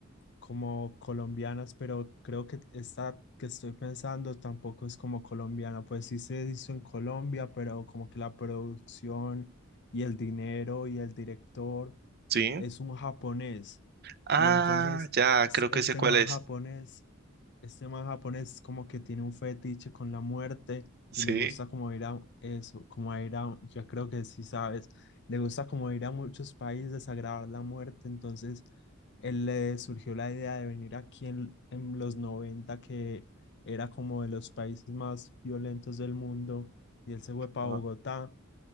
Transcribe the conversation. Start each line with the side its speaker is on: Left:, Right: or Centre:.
Left: como colombianas, pero creo que esta que estoy pensando tampoco es como colombiana, pues sí se hizo en Colombia, pero como que la producción y el dinero y el director
Right: Sí.
Left: es un japonés.
Right: Ah,
Left: Y entonces
Right: ya,
Left: s-
Right: creo que
Left: este
Right: sé cuál
Left: man
Right: es.
Left: japonés Este man japonés como que tiene un fetiche con la muerte
Right: Sí.
Left: y le gusta como ir a eso, como a ir a, yo creo que sí sabes, le gusta como ir a muchos países a grabar la muerte, entonces él le surgió la idea de venir aquí en, en los noventa que era como de los países más violentos del mundo y él se fue para
Right: Ah.
Left: Bogotá